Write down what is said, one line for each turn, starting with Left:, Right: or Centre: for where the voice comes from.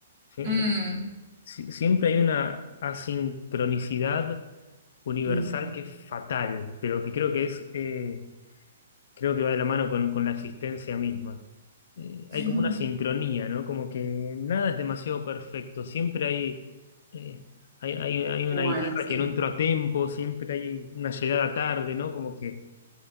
Left: Sie-
Right: mm,
Left: si- Siempre hay una asincronicidad universal
Right: mm.
Left: que es fatal, pero que creo que es. eh, creo que va de la mano con, con la existencia misma. Eh,
Right: <laughs>
Left: hay como una sincronía, ¿no? Como que nada es demasiado perfecto, siempre hay, eh, hay, hay- hay
Right: Bueno,
Left: una guitarra
Right: sí,
Left: que no entró a tiempo, siempre hay una llegada tarde, ¿no? Como que...